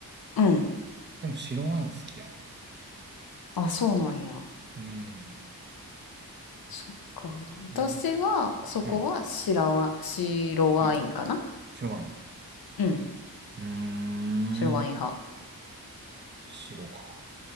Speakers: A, on the left; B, on the right.
A: うん。
B: でも白ワイン好きやな。
A: あ、そうなんや。
B: うん。
A: そっか。
B: どっちか。
A: 私は、そこは白ワ、
B: うん。
A: 白ワインかな
B: 白。白ワイン。
A: うん。
B: うーん。
A: 白ワイン派。
B: 白か。